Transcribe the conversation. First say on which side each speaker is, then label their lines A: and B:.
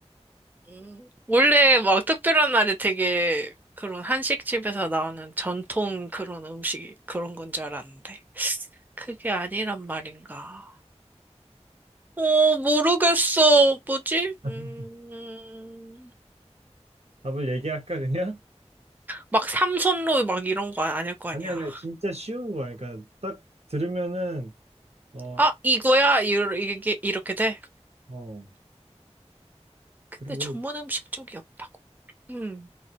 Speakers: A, on the right; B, on the right.
A: 음, 원래 막 특별한 날에 되게 그런 한식집에서 나오는 전통 그런 음식 그런 건 줄 알았는데. 그게 아니란 말인가. 어, 모르겠어. 뭐지?
B: <laughs>
A: 음,
B: 답을 얘기할까, 그냥?
A: 막 삼선로 막 이런 거 아닐 거
B: 아니,
A: 아니야.
B: 아니야. 진짜 쉬운 거야. 그러니까 딱 들으면은, 어,
A: 아, 이거야? 이러- 이게 이렇게 돼?
B: 어.
A: 근데
B: 그리고,
A: 전문 음식 쪽이 없다고. 음.